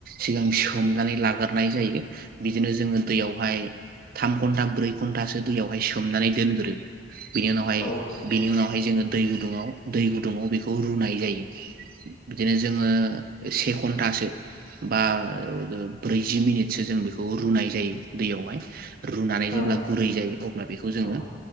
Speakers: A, on the right; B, on the left.
A: सिगां सोमनानै लाग्रोनाय जायो बिदिनो जोङो दैयावहाय थाम घन्टा ब्रै घन्टासो दैयावहाय सोमनानै दोनग्रो बिनि उनावहाय
B: औ
A: बिनि उनाव जोङो दै गुुदुं आव दै गुदुङाव बे खौ रुनाय जायो बिदिनो जोङो से घन्टासो बा ब्रैजि मिनिटसो जों बेखौ रुनाय जायो दैयावहाय रुनानै
B: ओं
A: जेब्ला गुरै जायो अब्ला बेखौ जोङो
B: औ